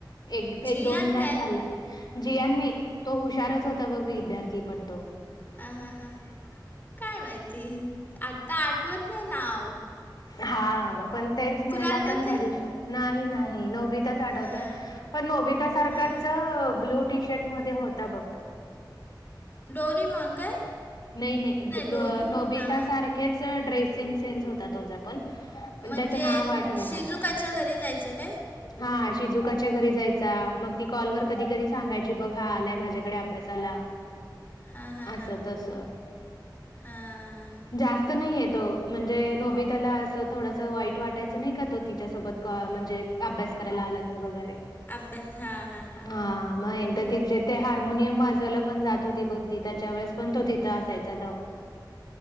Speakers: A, on the left; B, on the left.
A: एक
B: जियान
A: एक दोनदा
B: काय
A: चालाय. जियान नाही तो हुशारच होता बघ विद्यार्थी पण तो.
B: हा हा हा, काय माहिती आता आठवत नाही नाव.
A: हा पण तेच मला
B: तुला आठवत
A: पण त्या
B: आहे
A: दिवशी नाही नाही नबी ''--'' तेच आढवतय
B: हां
A: पण नोबिता सारखाच
B: हां
A: ब्लू टी शर्ट मध्ये होता बघतो.
B: डोरी मॉन काय.
A: नाही नाही बु ट
B: डोरीमॉन
A: ब नोबिता
B: हां हां
A: सारखेच ड्रेसिंग सेन्स होता तोझा पण.
B: म्हणजे
A: पण त्याचं नाव आठवेना
B: शिजुकाच्या घरी जायचं काय.
A: हा शिजुकाच्या घरी जायचा मग ती कॉल वर कधी कधी सांगायची बघ हा आलाय माझ्या. आणि अभ्यासाला
B: हां हां
A: अस
B: हां
A: तस.
B: हां
A: जास्त नाहीय तो म्हणजे नो ''--'' बी त्याला असं थोडस वाईट वाटायचं नाही का तो तिच्यासोबत क म्हणजे अभ्यास करायला आला तर वगैरे.
B: अभ्या''--'' हा हा हा,
A: हा मग एकदा तिचे ते हार्मोनियम वाजवायला. पण जात होती बघ त त्याच्या वेळेस पण तो तिथं असायचा धा''--''